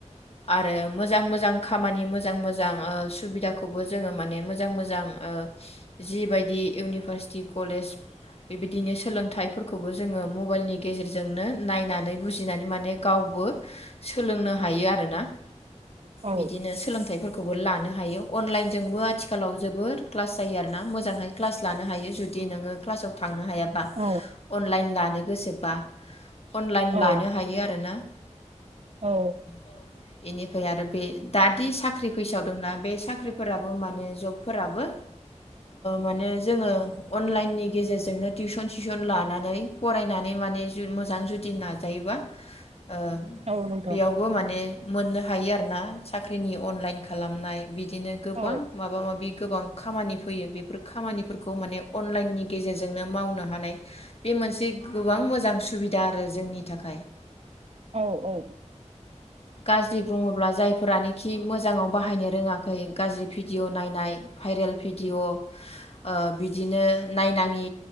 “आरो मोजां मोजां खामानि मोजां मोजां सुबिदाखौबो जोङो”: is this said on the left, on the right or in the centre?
Left